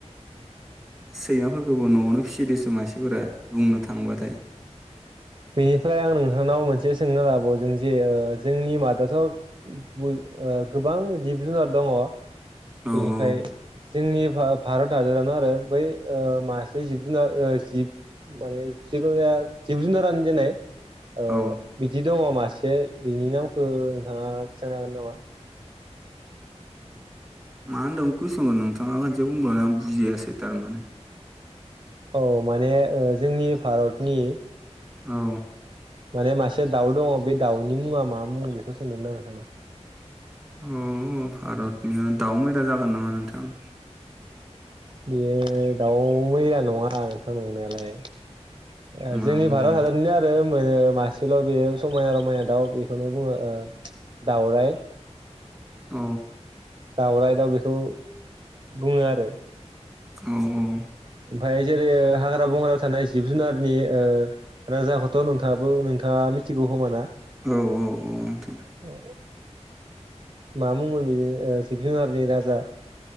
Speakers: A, in the centre; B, on the right (about 40°).
A: सैमाफोरखौबो न'आवनो फिसिदोंसो मानसिफोरा बुंनो थाङोबाथाय।
B: बेनिफ्राय आं नोंथांनाव मोनसे सोंनो लाबावदों जे। जोंनि मादावथ'। बुय ओ गोबां जिब-जुनार दङ।
A: औ
B: बेनिफ्राय।
A: औ
B: जोंनि भा-भारत हादरावनो आरो बै ओ मासे जिब-जुनार ओ जिब माने जिुखुनो जाया जिब-जुनारानो। दिनै। ओ
A: औ
B: बिदि दङ मा। एसे बिनि नामखौ नोंथाङा खिन्थानो हागोन नामा?
A: मा होनदों कुइसनखौ नोंथाङा खनसे बुंबावनाय आं बुजियासै तारमाने।
B: औ माने ओ जोंनि भारतनि।
A: औ।
B: माने मासेया दाउ दङ बे दाउनि मुङा मा मुं? बेखौ सोंदोंमोन आ नोंथांनाव।
A: अ-अ भारतनिनो दाउ मैला जागोन नामा नोंथां?
B: बेयो दाउ मैना नङा नोंथां नंनायालाय। ओ
A: मा
B: जोंनि
A: होनलाय
B: भारत
A: नोंथां
B: हादरनि आरो। मोनो मासेल' बेयो समायना-रमायना दाउ बेखौनो बुङो ओ दाउराइ।
A: अ।
B: दाउराइ दाउ बेखौ बुङो आरो।
A: औ-औ।
B: ओमफाय जेरै हाग्रा-बंग्रायाव थानाय जिब-जुनारनि ओ राजाखौथ' नोंथाङाबो नोंथाङा मिथिगौ खोमा ना?
A: औ औ औ नोंथां
B: औ। मा मुंमोन बिनि ओ जिब-जुनारनि राजा?